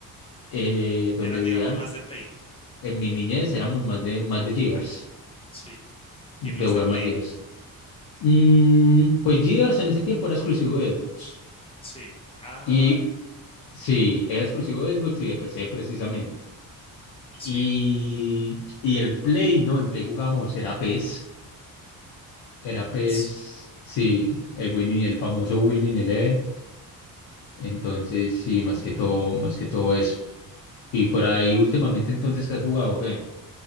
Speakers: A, on the left; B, on the left.
A: eh, donde
B: Eran,
A: vivían,
B: digamos, más de play.
A: en mi niñez éramos más de, más de Gears,
B: Sí.
A: de
B: Y más
A: jugar
B: de play.
A: más Gears. Mm, pues Gears en ese tiempo era exclusivo de Xbox.
B: Sí. Ah,
A: Y
B: va.
A: sí, era exclusivo de Xbox y de PC precisamente. Y,
B: Sí.
A: y el Play, no, en Play jugábamos, era PES. Era
B: El
A: PES,
B: pez
A: sí, el Winning, el famoso Winning Eleven. Entonces, sí, más que todo, más que todo eso. Y por ahí últimamente entonces ¿qué has jugado, ¿qué?